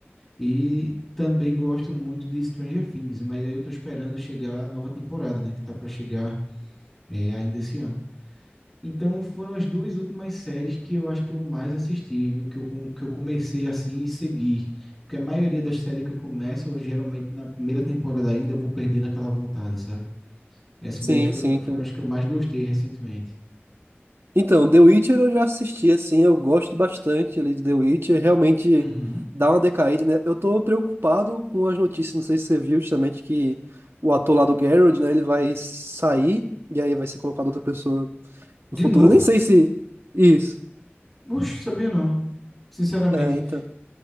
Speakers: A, in the centre; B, on the right.
A: E também gosto muito de Stranger Things, mas aí eu tô esperando chegar a nova temporada, né? Que tá pra chegar é, ainda esse ano. Então foram as duas últimas séries que eu acho que eu mais assisti, viu? Que eu, com- que eu comecei assim e segui. Porque a maioria das séries que eu começo, eu, geralmente na primeira temporada ainda vou perdendo aquela vontade, sabe? Essas
B: Sim,
A: 10 foram,
B: sim.
A: foram as que eu mais gostei recentemente.
B: Então, The Witcher eu já assisti, assim, eu gosto bastante ali de The Witcher, realmente
A: Uhum.
B: dá uma decaída, né? Eu tô preocupado com as notícias, não sei se você viu justamente que o ator lá do Geralt, né, ele vai sair e aí vai ser colocado outra pessoa
A: De
B: no futuro,
A: novo?
B: Eu nem sei se... Isso.
A: Puxa, sabia não. Sinceramente.
B: É, então.